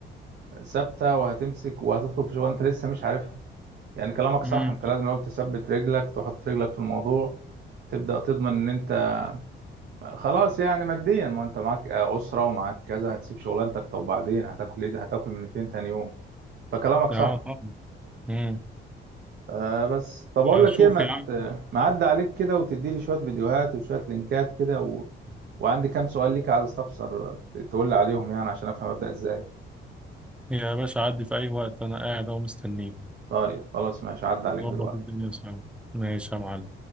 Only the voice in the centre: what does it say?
امم
اه
طبعا امم
شوف
يا عم
يا باشا عدي في أي وقت أنا قاعد أهو مستنيك
ظبط
الدنيا سوا ماشي يا معلم